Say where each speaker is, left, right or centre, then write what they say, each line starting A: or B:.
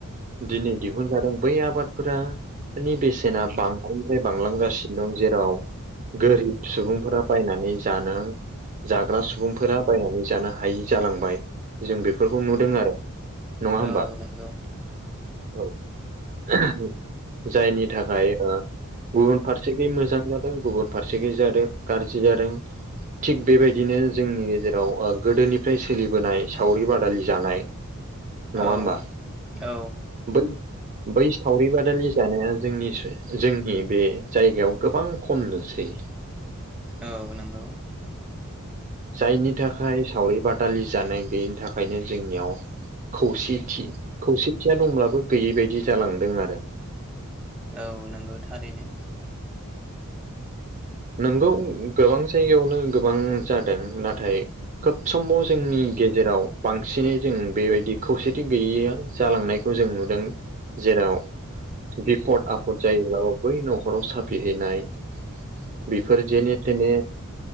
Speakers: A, on the right; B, in the centre.
A: दिनै दिहुनजादों बै आबादफोरा फोरनि बेसेना बांनायनिफ्राय बांलांगासिनो दं जेराव गोरिब सुबुंफोरा बायनानै जानो जाग्रा सुबुंफोरा बायनानै जानो हायि जालांबाय जों बेफोरखौ नुदों आरो नङा होमबा
B: औ नंगौ
A: औ <unintelligible> जायनि थाखाय गुबुन फारसेखै मोजां जादों गुबुन फारसेखै जादों गारजि जादों थिग बेबायदिनो जोंनि गेजेराव ओ गोदोनिफ्राय सोलिबोनाय सावरि बादालि जानाय नङा
B: औ
A: होमबा
B: औ।
A: बै बै सावरि बादालि जानाया जोंनि जोंनि बे जायगायाव गोबां खम नु सै
B: औ नंगौ।
A: जायनि थाखाय सावरि बादालि जानाय गैयिनि थाखायनो जोंनियाव खौसेथि खौसेथिया दंब्लाबो गैयै बायदि जालांदों आरो।
B: औ नंगौथारैनो
A: नोंगौ गोबां जायगायावनो गोबां जादों नाथाय खोब समाव जोंनि गेजेराव बांसिनै जों बेबायदि खौसेथि गैयैया जालांनाय जों नुदों जेराव बिफद आफद जायोब्ला बै न'खराव साफि हैैनाय बेफोर जेने थेने।